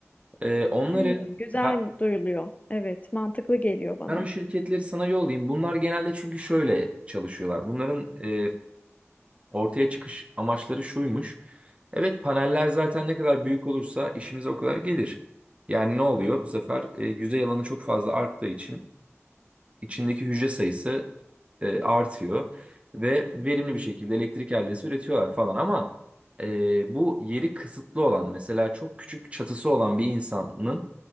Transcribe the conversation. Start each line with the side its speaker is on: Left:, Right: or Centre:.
Right: E, onları
Left: Hmm, güzel
Right: ben,
Left: duyuluyor. Evet, mantıklı geliyor bana.
Right: Ben o şirketleri sana yollayayım. Bunlar genelde çünkü şöyle çalışıyorlar. Bunların e, ortaya çıkış amaçları şuymuş. Evet paneller zaten ne kadar büyük olursa işimize o kadar gelir. Yani ne oluyor? Bu sefer e, yüzey alanı çok fazla arttığı için içindeki hücre sayısı e, artıyor ve verimli bir şekilde elektrik eldesi üretiyorlar falan ama e, bu yeri kısıtlı olan mesela çok küçük çatısı olan bir insanın